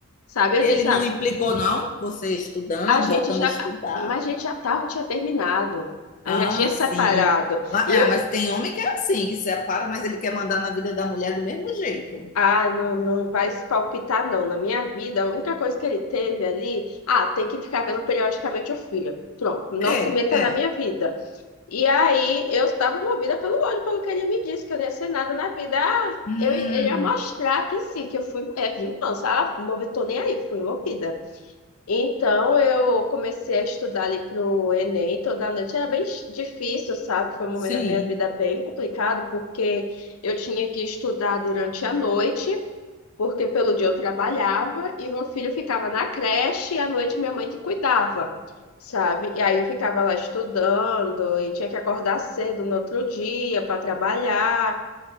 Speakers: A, on the left (about 85°); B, on the left (about 35°).
A: Sabe,
B: E
A: eu disse,
B: ele não
A: ah,
B: implicou, não? Você estudando,
A: a gente
B: voltando
A: já,
B: a estudar.
A: mas a gente já tava, tinha terminado. A
B: Ah,
A: gente já tinha separado.
B: sim. Mas,
A: E
B: ah,
A: eu,
B: mas tem homem que é assim, que separa, mas ele quer mandar na vida da mulher do mesmo jeito.
A: ah, não, não vai se palpitar, não. Na minha vida, a única coisa que ele teve ali, ah, tem que ficar vendo periodicamente o filho. Pronto, não
B: É,
A: se meta
B: é.
A: na minha vida. E aí eu estava movida pelo ódio, pelo que ele me disse, que eu não ia ser nada na vida. Ah,
B: Hum,
A: eu, ele ia mostrar que sim, que eu fui, é vingança. Ah, movi, tô nem aí, fui envolvida. Então, eu comecei a estudar ali pro Enem toda noite. Era bem ch- difícil, sabe? Foi um momento
B: sim.
A: da minha vida bem complicado, porque eu tinha que estudar durante a noite, porque pelo dia eu trabalhava e meu filho ficava na creche e à noite minha mãe que cuidava, sabe? E aí eu ficava lá estudando e tinha que acordar cedo no outro dia para trabalhar.